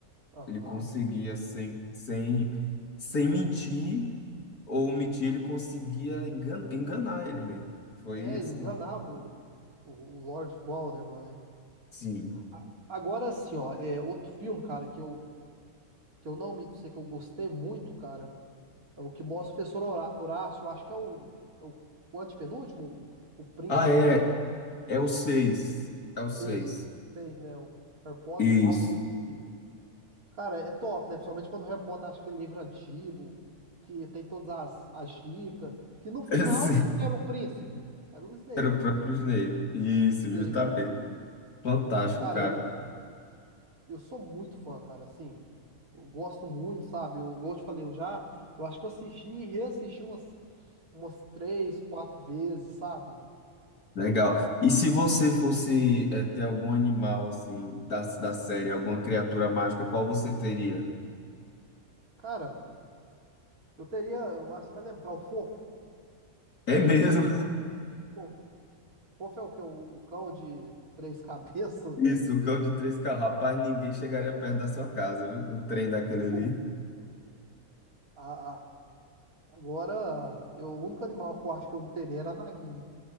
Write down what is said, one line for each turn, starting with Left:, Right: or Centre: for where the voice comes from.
Right: aham.
Left: Ele conseguia sem sem sem mentir ou omitir, ele conseguia engan, enganar ele mesmo. Foi
Right: É,
Left: assim.
Right: ele enganava o, o, o Lord Voldemort, né?
Left: Sim.
Right: A- Agora, assim, ó, é outro filme, cara, que eu que eu não omito sei que eu gostei muito, cara, é o que mostra o professor Horá- Horácio, eu acho que é o, é o, o antepenúltimo, o, o príncipe
Left: Ah, é.
Right: de
Left: É o seis É o seis
Right: seis, os seis, né? O Harry Potter
Left: Isso.
Right: e o príncipe.
Left: <laughs>
Right: Cara, é top, né? Principalmente quando o Harry Potter acha aquele livro antigo, que tem todas as, as dicas, que no final,
Left: É sim.
Right: quem que era o príncipe? Era o Snape.
Left: Era o próprio Snape. Isso,
Right: Snape,
Left: justamente.
Right: cara.
Left: Fantástico,
Right: Cara,
Left: cara.
Right: eu, eu sou muito fã, cara, assim, eu gosto muito, sabe? Eu, igual eu te falei, eu já, eu acho que eu assisti e reassisti umas umas três, quatro vezes, sabe?
Left: Legal. E se você fosse eh, ter algum animal, assim, da, da série, alguma criatura mágica, qual você teria?
Right: Cara, eu teria, eu acho que você vai lembrar, o Fofo.
Left: É mesmo?
Right: Pô, Fofo é o que? O, o cão de três <laughs> cabeças,
Left: <laughs> Isso,
Right: né?
Left: o cão de três carros. Rapaz, ninguém chegaria perto da sua casa, viu? Com o trem daquele
Right: O Fofo.
Left: ali.
Right: Ah, agora, eu, o único animal que eu acho que eu não teria era a Nagini.